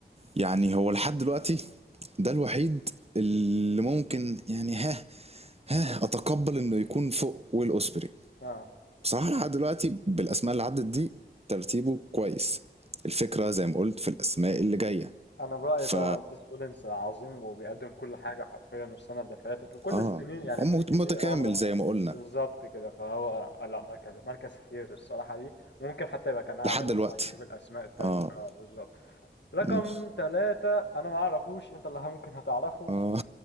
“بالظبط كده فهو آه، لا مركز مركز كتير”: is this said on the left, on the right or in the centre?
Left